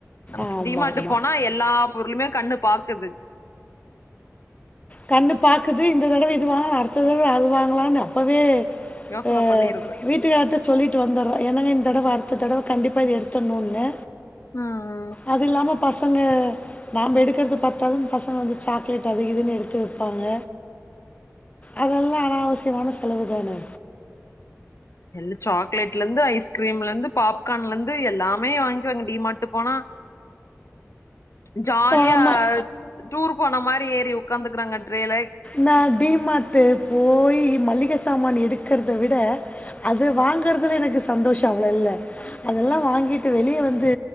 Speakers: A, on the left; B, on the left.
A: அ
B: ஆமாம்
A: டி மார்ட்டு
B: ஆமாம்
A: போனா எல்லா பொருளுமே கண்ணு பாக்குது
B: கண்ணு பாக்குது இந்த தடவ இது வாங்கலா அடுத்த தடவ அது வாங்கலான்னு அப்பவே
A: யோசன
B: அ
A: பண்ணிருது
B: வீட்டுக்கார்ட்ட சொல்லிட்டு வந்துறோ எனவே இந்த தடவ அடுத்த தடவ கண்டிப்பா இது எடுத்தரணுன்னு
A: ம் ம்
B: அது இல்லாம பசங்க நாம எடுக்கறது பத்தாதுன்னு பசங்க வந்து சாக்லேட் அது இதுன்னு எடு த்து விப்பாங்க அதெல்ம் அனாவசியமான செலவு தானே
A: எல் சாக்லேட்ல இருந்து ஐஸ்கிரீம்ல இருந்து பாப் க்கான்ல இருந்து எல்லாமே வாங்கிவாங்க டி மாட்டு போனா ஜாலியா
B: ஆமாம்
A: டூர் போன மாறி ஏறி உக்காந்துக்கறாங்க ட்ரேல
B: நா டி மார்டு போய் மளிக சாமான் எடுக்கறத விட அது வாங்கறதுல எனக்கு சந்தோஷ அவ்ளோ இல்ல அதெல்லா வாங்கிட்டு வெளிய வந்து